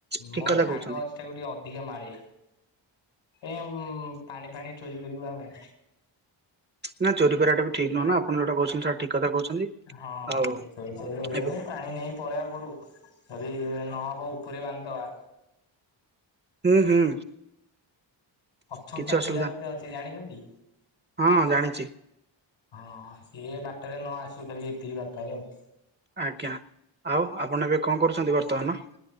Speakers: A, on the right; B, on the left.
A: ଠିକ
B: ମୋର
A: କଥା
B: ସାଙ୍ଗ
A: କହୁଛନ୍ତି
B: ଅଛି ସେକୁ ଟିକେ ଅଧିକା ମାଳେ ଏ ପାଣି ଫାଣି ଚୋରି କରିବୁ ଆମେ।
A: ନା ଚୋରି କରିବାଟା ବି ଠିକ ନୁହ ନା ଆପଣ ଯୋଉଟା କହୁଛନ୍ତି ସେଟା ଠିକ କଥା କହୁଛନ୍ତି।
B: ହଁ
A: ଆଉ
B: ଚୋରି ଚୋରି କରିବାନି
A: ଏବେ
B: ପାଣି ନେଇ ପଳେଇବା ଘରୁ ଯଦି ନହବ ଉପରେ ବାନ୍ଧିଦବା।
A: ହୁଁ ହୁଁ
B: ଅଛନ୍ତା
A: କିଛି ଅସୁବିଧା
B: କିଳା ଗୋଟେ ଅଛି ଜାଣିଛନ୍ତି?
A: ହଁ ଜାଣିଛି
B: ହଁ ସି ବାଟରେ ନ ଆସୁ ଖାଲି ଏତିକି ଦରକାର ଆଉ।
A: ଆଜ୍ଞା ଆଉ ଆପଣ ଏବେ କ'ଣ କରୁଛନ୍ତି ବର୍ତ୍ତମାନ?